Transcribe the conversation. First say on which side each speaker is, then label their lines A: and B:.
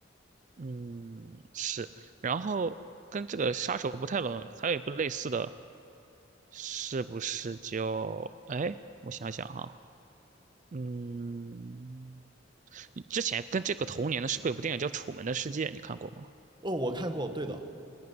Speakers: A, on the right; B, on the right.
A: 嗯，是。然后跟这个杀手不太冷还有一部类似的，是不是叫？哎，我想想哈，嗯，之前跟这个同年的是不是有部电影叫《楚门的世界》？你看过吗？
B: 哦，我看过，对的，